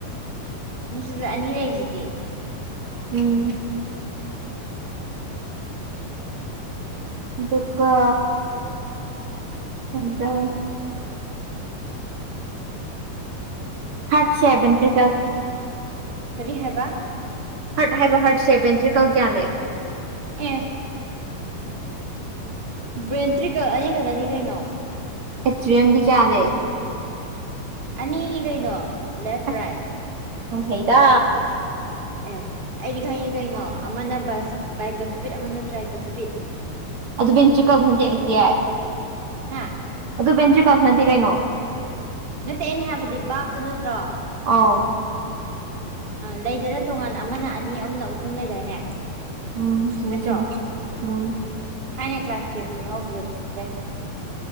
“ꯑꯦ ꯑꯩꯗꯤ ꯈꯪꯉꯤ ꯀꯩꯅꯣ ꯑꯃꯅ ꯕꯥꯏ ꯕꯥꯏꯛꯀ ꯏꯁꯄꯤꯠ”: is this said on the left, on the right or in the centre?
Right